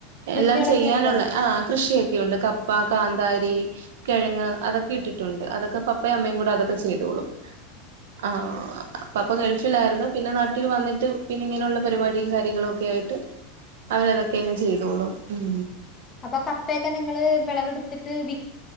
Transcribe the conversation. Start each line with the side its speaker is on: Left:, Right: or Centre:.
Left: കൃഷികളൊക്കെ
Right: എല്ലാം ചെയ്യാനുള്ള
Left: ഉണ്ടോ
Right: ആ കൃഷിയൊക്കെയുണ്ട് കപ്പ കാന്താരി കിഴങ്ങ് അതൊക്കെ ഇട്ടിട്ടുണ്ട് അതൊക്കെ പപ്പേം അമ്മേം കൂടെ അതൊക്കെ ചെയ്തോളും ആഹ പപ്പാ ഗൾഫിലായിരുന്നു പിന്നെ നാട്ടീ വന്നിട്ട് പിന്നെ ഇങ്ങനെയുള്ള പരിപാടും കാര്യങ്ങളൊ ക്കേ ആയിട്ട് അവരതൊക്കെ ങ്ങനെ ചെയ്തോളും ഉം
Left: അപ്പൊ കപ്പയൊക്കെ നിങ്ങള് വിളവെടുത്തിട്ട് വി